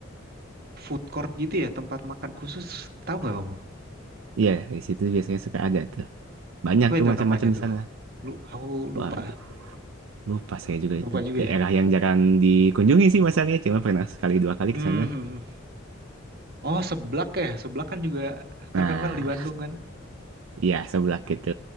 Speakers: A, on the right; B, on the right.
A: food court gitu ya tempat makan khusus. Tahu nggak kamu?
B: Iya, di situ biasanya suka ada tuh. Banyak
A: Apa
B: tuh
A: itu
B: macam-macam
A: namanya
B: di
A: tuh?
B: sana.
A: Lu, aku lupa,
B: Waduh, lupa saya juga
A: lupa
B: itu.
A: juga
B: Daerah
A: ya.
B: yang jarang dikunjungi sih masalahnya, cuma pernah sekali dua kali
A: Hmm.
B: ke sana.
A: hmm, hmm. Oh, seblak ya. Seblak kan juga
B: Nah,
A: terkenal di Bandung kan?
B: iya sebelah gitu.